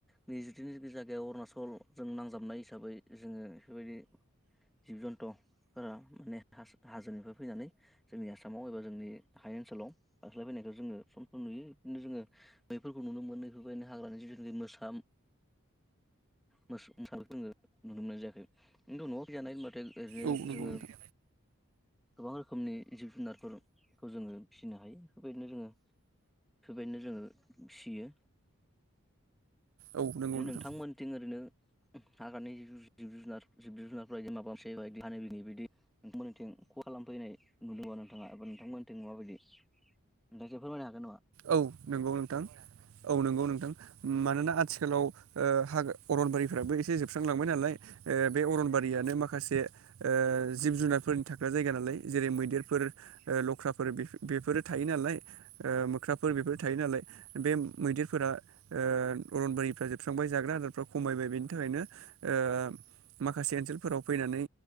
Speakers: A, in the centre; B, on the right.
A: नै जिथुनि जायगायाव अरुनााचल जों नांजाबनाय हिसाबै जोङो बेफोरबायदि जिब जन्थुफोरा माने हाजोनिफ्राय फैनानै जोंनि आसामाव एबा जोंनि हाय ओनसोलाव बास्लाय फैनायखौ जोङो सम सम नुयो बिदिनो जोङो बैफोरखौ नुनो मोनो बेफोरबायदिनो हाग्रानि जिब जुन् मोसा मोस मोसानायखौ जोङो नुनो मोननाय जायाखै खिन्थु नआव फिजानाय होनबाथाय ओरैनो
B: औ नंगौ
A: जोङो
B: नोंथां
A: गोबां रोखोमनि जिब जुनारफोर खौ जोङो फिसिनो हायो बेफोरबायदिनो जोङो बेफोरबायदिनो जोङो फियो
B: औ नंगौ
A: ए
B: नोंथां
A: नोंथांमोनथिं ओरैनो हाग्रानि जिब जुनार जिब जुनारफोरा इदि माबा मोनसेदि हानाय बिनि बायदि नोंथां मोननिथिं खहा खालामफैनाय नुदों नामा नोंथाङा एबा नोंथांमोननिथिं मााबायदि नोंथाङा एसे फोरमायनो हागोन नामा।
B: औ नंगौ नोंथां औ नंगौ नोंथां मानोना आथिखालाव ओ हाग अरनबारिफ्राबो एसे जोबस्रांलांबाय नालाय ओ बे अरनबारियानो माखासे ओ जिब जुनारफोरनि थाग्रा जायगा नालाय जेरै मैदेरफोर लख्राफोर बेफ बेफोरो थायो नालाय खुख्राफोर बेफोर थायो नालाय बे मैदेरफोरा ओ अरनबारिफ्रा जोबस्रांबाय जाग्रा आदारफ्रा खमायबाय बेनि थाखायनो ओ माखासे ओनसोलफोराव फैनानै